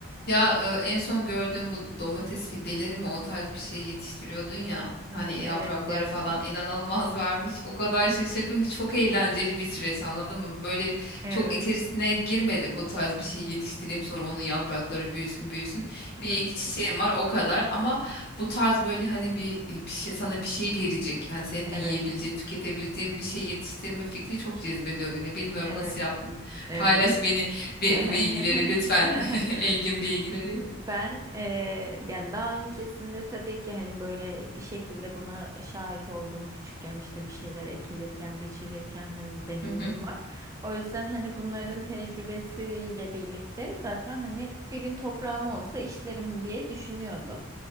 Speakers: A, on the left; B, on the right.
A: Ya e, en son gördüğüm bu domates fideleri mi o tarz bir şey yetiştiriyordun ya.
B: Ay
A: Hani
B: evet
A: yaprakları
B: ya.
A: falan inanılmaz <laughs> vermiş. O kadar şaşırdım ki çok eğlenceli bir süreç anladın mı? Böyle
B: Evet.
A: çok içerisine girmedim bu tarz bir şey yetiştireyim sonra onun yaprakları büyüsün büyüsün. Bir
B: Hı
A: iki çiçeğim
B: hı.
A: var o kadar ama bu tarz böyle hani bir, bir şey sana bir şey verecek. Yani senin
B: Evet.
A: de yiyebileceğin, tüketebileceğin bir şey yetiştirme fikri çok cezbediyor beni. Bilmiyorum
B: Evet.
A: nasıl yaptın.
B: Evet.
A: Paylaş beni bi-
B: <laughs>
A: bu bilgileri lütfen. <laughs> Engin bilgileri.
B: Ben eee, yani daha öncesinde tabii ki hani böyle bir şekilde buna şahit olduğum küçükken işte bir şeyler ekilirken, biçilirken hani deneyimim
A: Hı hı.
B: var. O yüzden hani bunların tecrübesiyle birlikte zaten hani bir gün toprağım olsa işlerim diye düşünüyordum.